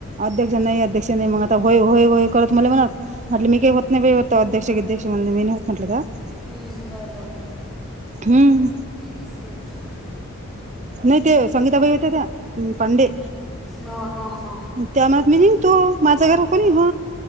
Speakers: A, on the right; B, in the centre.
A: अध्यक्ष नाहीं अध्यक्ष नाहीं मंग आंता होयं होयं होयं करतं मले म्हणंत म्हटलं मी कांहीं होतं नाहीं होतं अध्यक्ष गध्यक्ष म्हंण मी नाहीं होतं म्हटलं त्यांत
B: हम्मं बरं बरं आहे
A: हम्म
B: स् <unintelligible>
A: नाहीं ते संगीताबाई होते त्यां पांडे
B: हां हां हां
A: त्यां मं मी निघतो माझं घरं कोणी हो